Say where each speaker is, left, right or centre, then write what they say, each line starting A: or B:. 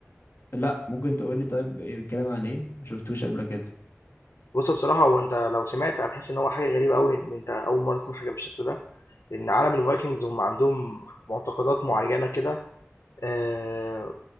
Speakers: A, on the left; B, on the left.
A: لا ممكن تقول لي طيب إيه الكلام عن ايه ما شفتوش قبل كده
B: بُص بصراحة هو أنت لو سمعت هتحس إن هو حاجة غريبة أوي إن أنت أول مرّة تسمع حاجة بالشكل ده. لأن عالم الفايكنجز هم عندهم معتقدات معينة كده آه،